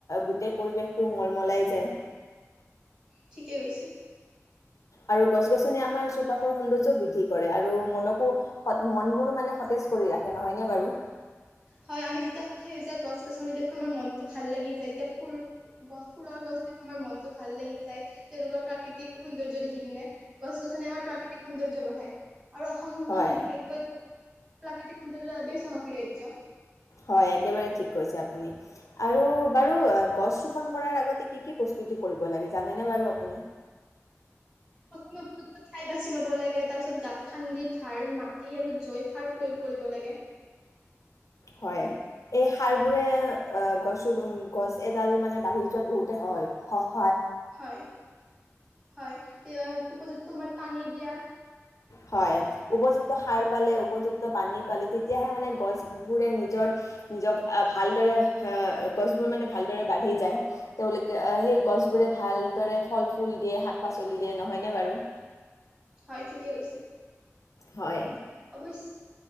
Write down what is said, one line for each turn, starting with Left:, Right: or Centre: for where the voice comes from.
Left: গোটেই পৰিৱেশটো মলমলাই যায়।
Right: ঠিকেই কৈছা।
Left: আৰু গছ-গছনিয়ে আমাৰ চৌপাশৰ সৌন্দৰ্যও বৃদ্ধি কৰে। আৰু মনকো-মনবোৰো মানে সতেজ কৰি ৰাখে নহয়নে বাৰু?
Right: হয় আমি যেতিয়া সেউজীয়া গছ-গছনি দেখো, আমাৰ মনতো ভাল লাগি যায়। এতিয়া ফুল গছ ফুলৰ গছ দেখো আমাৰ মনতো ভাল লাগি যায়। তেওঁলোকৰ প্ৰাকৃতিক সৌন্দৰ্য দেখি পিনে, গছ-গছনিয়ে আমাৰ প্ৰাকৃতিক সৌন্দৰ্য বঢ়ায়। আৰু অসমতোন
Left: হয়
Right: বিশেষকৈ প্ৰাকৃতিক সৌন্দৰ্য বাবেই চহকী ৰাজ্য।
Left: হয় আৰু একেবাৰে ঠিক কৈছে আপুনি আৰু বাৰু গছৰোপন কৰাৰ আগতে কি কি বস্তু দি কৰিব লাগে জানেনে বাৰু আপুনি?
Right: প্ৰথমে উপযুক্ত ঠাই বাচি ল'ব লাগে তাৰ পিছত গাঁত খান্দি ভাল মাটি আৰু জৈ সাৰ প্ৰয়োগ কৰিব লাগে।
Left: হয়
Right: নহয় নে
Left: এই, সাৰবোৰে গছো গছ এডাল মানে বাঢ়ি যোৱাত বহুতে সহায় স,
Right: হয় হয় উপযুক্ত সময়ত পানী দিয়া।
Left: হয় উপযুক্ত সাৰ পালে উপযুক্ত পানী পালে তেতিয়াহে মানে গছ, বোৰে নিজৰ নিজক ভালদৰে গছবোৰ মানে ভালদৰে বাঢ়ি যায় তেওঁলোকে সেই গছবোৰে ভালদৰে ফল ফুল দিয়ে শাক পাচলি দিয়ে নহয়নে বাৰু।
Right: হয় ঠিকে কৈছে
Left: হয়
Right: অৱশ্যে।